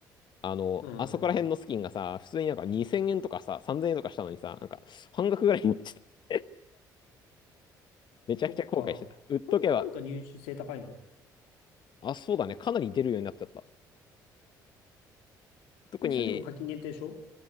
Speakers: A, on the left (about 50°); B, on the left (about 75°).
A: あの、
B: うん。
A: あそこら辺のスキンがさ、普通になんか2000円とかさ、3000円とかしたのにさ、なんか半額ぐらいになっちゃった。めちゃくちゃ後悔してた。
B: そっか。
A: 売っとけば、
B: そんななんか入手性高いの
A: あ、そうだね。かなり出るようになっちゃった。特に、
B: え、それでも課金限定でしょ